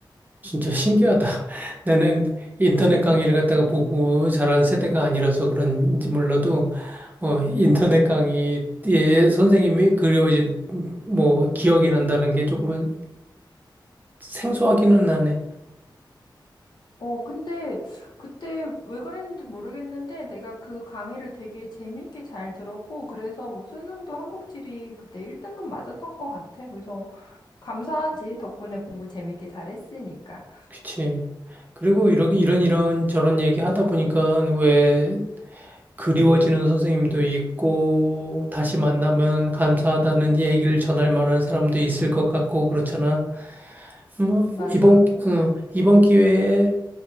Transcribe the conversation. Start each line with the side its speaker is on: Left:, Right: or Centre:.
Right: 진짜 신기하다. <laughs> 나는 인터넷 강의를 갖다가 보고 자란 세대가 아니라서 그런지 몰라도, 어, 인터넷 강의에 선생님이 그리워진, 뭐, 기억이 난다는 게 조금은 생소하기는 하네.
Left: 어, 근데 그때 왜 그랬는지 모르겠는데 내가 그 강의를 되게 재미있게 잘 들었고 그래서 뭐 수능도 한국지리 그때 1등급 맞았던 것 같아. 그래서 감사하지. 덕분에 공부 재밌게 잘했으니까.
Right: 그치. 그리고 이런, 이런, 이런 저런 얘기 하다 보니까 왜 그리워지는 선생님도 있고, 다시 만나면 감사하다는 얘기를 전할 만한 사람도 있을 것 같고, 그렇잖아. 뭐,
Left: 맞아.
Right: 이번, 어, 이번 기회에